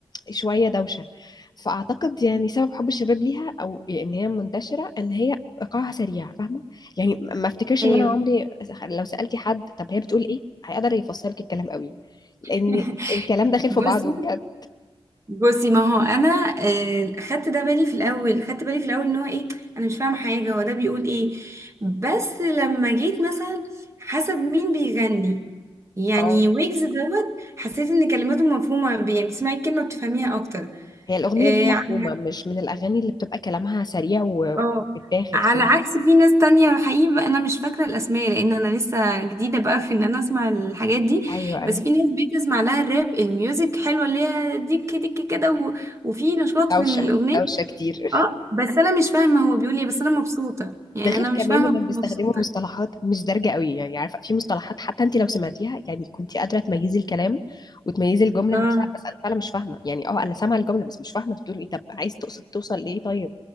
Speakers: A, on the left (about 40°); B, on the right (about 30°).
A: شوية دوشة فأعتقد يعني سبب حب الشباب ليها أو إن هي منتشرة إن هي إيقاعها سريع فاهمة يعني م- ما أفتكرش
B: ايوه
A: إن أنا عمري لو سألتي حد طب هي بتقول إيه هيقدر يفصلك الكلام قوي لأن
B: <laughs>
A: الكلام داخل في
B: بصي
A: بعضه بجد
B: بصي ما هو انا آه، خدت ده بالي في الاول خدت بالي في الاول ان هو ايه انا مش فاهمه حاجه هو ده بيقول ايه بس لما جيت مثلا حسب مين بيغني يعني
A: اه
B: ويجز دوت حسيت ان كلماته مفهومه بي- يعني بتسمعي الكلمه بتفهميها اكتر
A: هي الأغنية
B: آه،
A: دي مفهومة
B: على
A: مش من الأغاني اللي بتبقى كلامها سريع وبتاخد
B: اه على
A: فاهمة
B: عكس في ناس تانية حقيقي بقى انا مش فاكره الاسماء لان انا لسه جديده بقى في ان انا اسمع الحاجات دي
A: أيوه أيوه
B: بس في ناس بتسمع لها الراب الميوزك حلوه اللي هي ديك ديك كده و- وفي نشاط
A: دوشة
B: في الاغنيه
A: دوشة كتير
B: اه بس انا مش فاهمه هو بيقول ايه بس انا مبسوطه يعني
A: ده غير
B: انا مش
A: كمان
B: فاهمه
A: انهم
B: بس
A: بيستخدموا
B: مبسوطه
A: مصطلحات مش دارجه قوي يعني عارفه في مصطلحات حتى انت لو سمعتيها يعني كنت قادره تميزي الكلام وتميزي الجمله
B: اه
A: نفسها بس انا فعلا مش فاهمه يعني اه انا سامعه الجمله بس مش فاهمه انت بتقول ايه طب عايز تقصد توصل لايه طيب